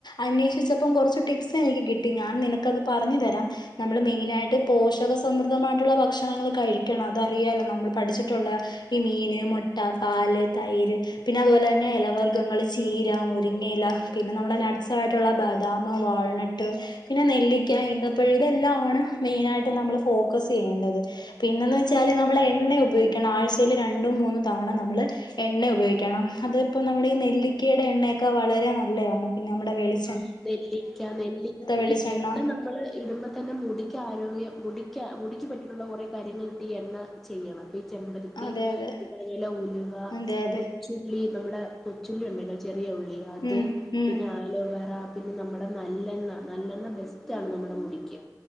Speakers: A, on the left; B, in the centre.
A: അന്വേഷിച്ചപ്പം കൊറച്ച് ടിപ്സ് എനിക്ക് കിട്ടി ഞാൻ നിനക്കത് പറഞ്ഞു തരാം നമ്മള് മെയിനായിട്ട് പോഷ് ക്ഷക സമൃദ്ധമായിട്ടുള്ള ഭക്ഷണങ്ങള് കഴിക്കണം അതറിയാല്ലോ നമ്മള് പഠിച്ചിട്ടൊള്ളയാ ഈ മീന്, മൊട്ട, പാല്, തൈര് പിന്നെ അതുപോലെ തന്നെ എലവർഗ്ഗങ്ങള് ചീര മുരിങ്ങയില പിന്നെ നമ്മടെ നട്സായിട്ടൊള്ള ബ ബദാമ് വാൾനട്ട് പിന്നെ നെല്ലിക്ക ഇന്തപ്പഴം ഇതെല്ലാണ് മെയിനായിട്ട് ട്ട് നമ്മള് ഫോക്കസ് ചെയ്യേണ്ടത് പിന്നേന്ന് വെച്ചാല് നമ്മള് എണ്ണ ഉപയോഗിക്കണം ആഴ്ച്ചയില് രണ്ടും മൂന്നും തവണ നമ്മള് എണ്ണ ഉപയോഗിക്കണം അതിപ്പോ നമ്മടെ ഈ നെല്ലിക്കേടെ എണ്ണയൊക്കെ വളരെ നല്ലതാണ് പിന്നെ നമ്മടെ വെളി
B: ആഹ് നെല്ലിക്കാ നെല്ലി
A: വെളിച്ചെണ്ണ
B: ഈ എണ്ണ നമ്മള് ഇടുമ്പോ തന്നെ മുടി ആരോഗ്യം മുടിക്കാ മുടിക്ക് പറ്റിയിട്ടുള്ള കുറേ കാര്യങ്ങൾട്ട് എണ്ണ ചെയ്യണം അപ്പൊ ചെമ്പരത്തി
A: അതെ അതെ
B: ഈ പറഞ്ഞ പോലെ ഉലുവ
A: അതെ അതെ
B: കൊച്ചുള്ളി നമ്മുടെ കൊച്ചുള്ളി ഉണ്ടെല്ലോ ചെറിയ ഉള്ളി അത്
A: ഉം ഉം
B: പിന്നെ ആലോവേറ പിന്നെ നമ്മുടെ നല്ലെണ്ണ നല്ലെണ്ണ ബെസ്റ്റ് ആണ് നമ്മുടെ മുടിക്ക്